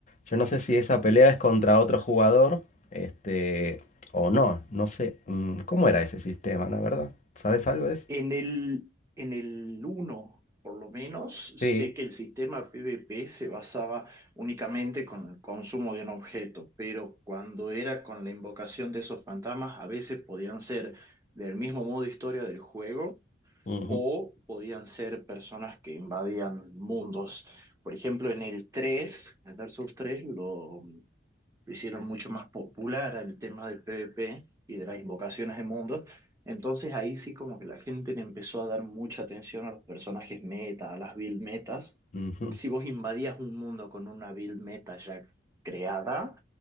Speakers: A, on the left (about 40°); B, on the right (about 15°).
A: Yo no sé si esa pelea es contra otro jugador, este, o no, no sé. mm, ¿Cómo era ese sistema, la verdad? ¿Sabes algo de eso?
B: En el, en el uno, por lo menos, sé
A: Sí.
B: que el sistema PvP se basaba únicamente con el consumo de un objeto, pero cuando era con la invocación de esos fantasmas, a veces podían ser del mismo modo historia del juego
A: ujú,
B: o podían ser personas que invadían mundos. Por ejemplo, en el 3, en el Dark Souls tres lo, lo hicieron mucho más popular el tema del PvP y de las invocaciones de mundos. Entonces ahí sí como que la gente le empezó a dar mucha atención a los personajes meta, a las build metas.
A: ujú.
B: Porque si vos invadías un mundo con una build meta ya creada,